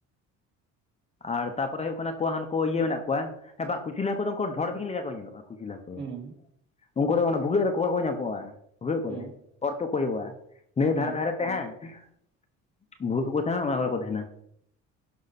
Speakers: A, on the right; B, on the left.
A: <unintelligible>
B: ᱟᱨ ᱛᱟᱯᱚᱨᱮ ᱦᱩᱭᱩᱜ ᱠᱟᱱᱟ ᱠᱚ ᱦᱟᱱᱠᱩ ᱤᱭᱟᱹ ᱢᱮᱱᱟᱜ ᱠᱚᱣᱟ ᱦᱮᱸ ᱵᱟᱝ ᱠᱩᱪᱞᱟᱹ ᱦᱟᱠᱳ ᱫᱚ ᱩᱱᱠᱩ ᱰᱷᱚᱸᱲ ᱵᱤᱧ ᱞᱮᱠᱟ ᱠᱚ ᱧᱮᱞᱚᱜᱼᱟ᱾ ᱠᱩᱡᱞᱟ ᱦᱟᱹᱠᱩ
A: ᱦᱩᱸ
B: <unintelligible> ᱩᱱᱠᱩ ᱫᱚ ᱚᱱᱟ ᱵᱷᱩᱜᱟᱹᱜ ᱨᱮᱠᱚ ᱧᱟᱢᱚᱜᱼᱟ ᱵᱷᱩᱜᱟᱹᱜ
A: ᱦᱩᱸ
B: ᱠᱚᱨᱮ ᱾ ᱚᱨ ᱛᱳᱫ ᱠᱚ ᱦᱩᱭᱩᱜᱼᱟ <unintelligible> ᱱᱟᱹᱭ
A: ᱦᱩᱸ
B: ᱫᱷᱟᱨᱮ ᱫᱷᱟᱨᱮ ᱦᱮᱸ <unintelligible> ᱵᱷᱩᱜᱟᱹᱜ ᱨᱮᱠᱚ ᱛᱟᱦᱮᱱᱟ <unintelligible> <unintelligible> ᱠᱚ ᱛᱟᱦᱮᱱᱟ᱾